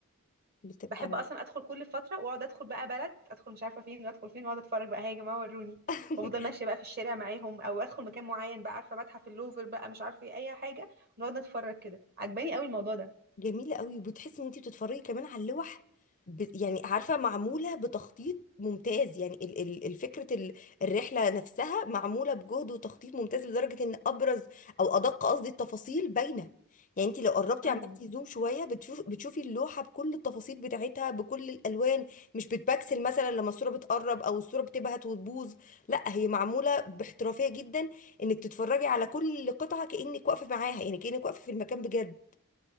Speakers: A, on the left (about 35°); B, on the right (about 45°).
A: بتبقى
B: بحب اصلا ادخل كل فتره واقعد ادخل بقى بلد ادخل مش عارفه فين وادخل فين واقعد اتفرج بقى هي يا جماعه وروني
A: <laughs>
B: وافضل ماشيه بقى في الشارع معاهم او ادخل مكان معين بقى عارفه متحف اللوفر بقى مش عارفه ايه اي حاجه ونقعد نتفرج كده عجباني قوي الموضوع ده
A: جميلة قوي وبتحسي ان انتي بتتفرجي كمان على اللوح ب... يعني عارفة معمولة بتخطيط ممتاز يعني ال... ال... الفكرة ال... الرحلة نفسها معمولة بجهد وتخطيط ممتاز لدرجة ان ابرز او ادق قصدي التفاصيل باينة يعني انتي لو قربتي
B: امم
A: عملتي زوم شوية بتشوف... بتشوفي اللوحة بكل التفاصيل بتاعتها بكل الالوان مش بتبكسل مثلا لما الصورة بتقرب او الصورة بتبهت وتبوظ لا هي معمولة باحترافية جدا انك تتفرجي على كل قطعة كأنك واقفة معاها يعني كأنك واقفة في المكان بجد